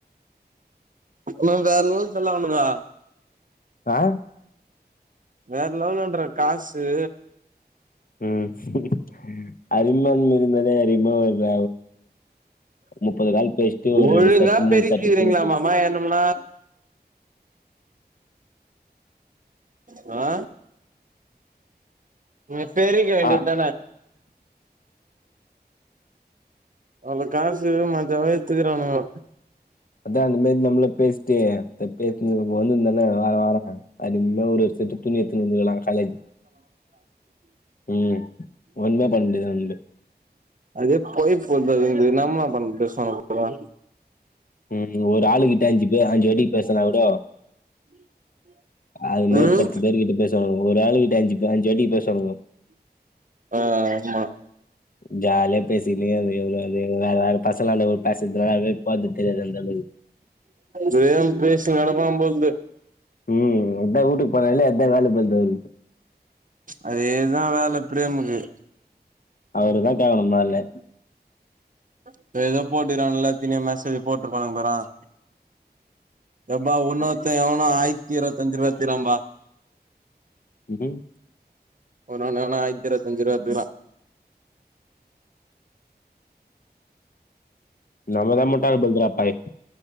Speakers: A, on the right; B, on the left.
A: ம் வேறென்னு சொல்லாவுனுங்கா
B: ஆ
A: வேற லெவலன்ற காசு
B: ம் அரிமா மிருந்ததே அரிமா <unintelligible> முப்பது கால் பேசிட்டு ஒரு
A: ஒழுங்கா
B: ரெண்டு செட்டு முச்சா
A: பெருக்கிக்கிறீங்களாமாமா
B: தூக்கிணி போயிரூ
A: என்னமுன்னா வா ம் செரிகு வேண்டித்தானே
B: ஆ
A: அவ்ள காசு மஜாவா எத்துக்கிறானுகோ
B: அதா அந்து மாரி நம்மளு பேசிட்டு <unintelligible> வார வார இந்தா ஒரு செட் துணி எத்துனு வந்துக்கலா காலேஜ்க்கு ம் ஒண்ணு உண்டு உண்டு
A: அதே போய் <unintelligible> என்னாம்மா பண்ண பிரச்சன உனக்கு
B: ம் ஒரு ஆளு கிட்ட அஞ்சு பேரு அஞ்சு வாடிக்கு பேசனா கூட அ என்ன
A: ம்
B: பத்து பேர்கிட்ட பேசுவாங்க ஒரு ஆள் கிட்ட அஞ்சு அஞ்சு வாட்டிக்கு பேசுவானுங்க
A: ஆ ஆமா
B: ஜா பேசிக்னே வருது இவங் இவங்கனு வேற வேற பசங்கலான்ட பேசறதுனாலவே போர்து தெரியாது அந்த அளவு
A: வே <unintelligible> போல்து
B: ம் அதா வூட்டுக்கு போனாலே அதா வேல போல்து அவர்க்கு
A: அதேதா வேல ப்ரேம்க்கு
B: அவருதா கேக்கணு முன்னாலே
A: இப்ப எதோ போட்டுறாங்கல்ல எத்தினி மெசேஜ் போட்டுருக்காங்க பாரன் எப்பா உன்னொத்த எவனோ ஆயித்த இருவத்தஞ்சிருபா எடுத்திரகாம்பா
B: இதேம்
A: ஒன்னு ஒன்னா ஆயிரத்து இருவத்தஞ்சுருபா எடுத்துக்ரான்
B: நம்மதா முட்டாள் போல்த்ருதா பாய்